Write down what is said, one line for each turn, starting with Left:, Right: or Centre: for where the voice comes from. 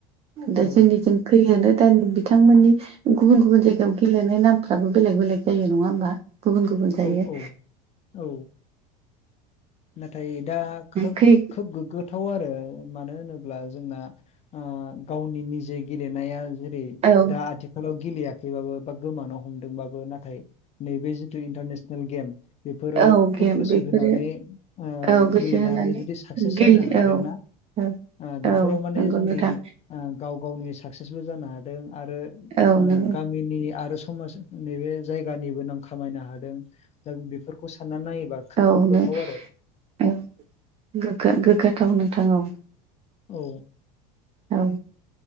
Right: दा जोंनिजों
Left: औ
Right: खैयो नो दा बिथांमोननि गुबुन गुबुन जायगायाव गेलेनाय नामफ्राबो बेलेग बेलेग जायो नङा होमबा। गुबुन गुबुन जायो
Left: औ औ औ। नाथाय दा खोब
Right: खै
Left: खोब गोग्गो हाथाव आरो मानो होनोब्ला जोंना आ गावनि निजे गेलेनाया। जेरै
Right: औ
Left: दा आथिखालाव गेलेयाखैबाबो बा गोमानानो हमदोंबाबो नाथाय नैबे जों इन्टारनेसनेल गेम बेफोराव
Right: औ
Left: खोब
Right: गेम
Left: गोसो
Right: बेफोरो
Left: होनानै आ
Right: औ गोसो
Left: गेलेनानै
Right: होनानै
Left: जुदि साक्सेस
Right: गेले
Left: जानो हादोंना।
Right: औ औ
Left: आ बेफोराव
Right: औ
Left: माने
Right: नंगौ
Left: जोंनि
Right: नोंथां
Left: गाव गावनि साक्सेसबो जानो हादों आरो आ
Right: औ नंगौ
Left: गामिनि आरो समाज नैबे जायगानिबो नाम खामायनो हादों दा बेफोरखौ साननानै नायोबा खोब
Right: औ
Left: गोग्गाथाव
Right: ने
Left: आरो
Right: औ गो गोग्गाथाव नोंथां औ।
Left: औ।
Right: औ।